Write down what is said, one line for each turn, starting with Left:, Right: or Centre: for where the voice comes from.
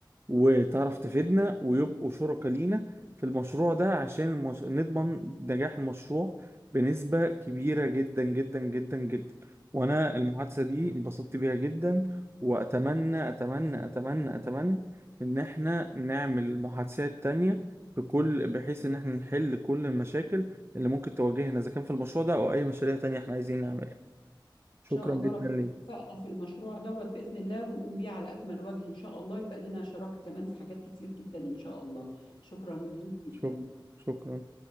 Right: وتعرف تفيدنا ويبقوا شركاء لينا في المشروع ده عشان المش... نضمن نجاح المشروع بنسبة كبيرة جدا جدا جدا جدا وأنا المحادثة دي انبسطت بيها جدا وأتمنى أتمنى أتمنى أتمنى إن إحنا نعمل محادثات تانية في كل بحيث إن إحنا نحل كل المشاكل اللي ممكن تواجهنا إذا كان في المشروع ده أو أي مشاريع تانية إحنا عايزين نعملها شكرا
Left: ان شاء الله
Right: جدا
Left: ربنا
Right: ليك
Left: يوفقنا في المشروع دوت باذن الله ونقوم بيه على اكمل وجه ان شاء الله يبقى لنا شراكه كمان في حاجات كتير جدا ان شاء الله شكرا ليك
Right: شكرا
Left: جدا
Right: شكرا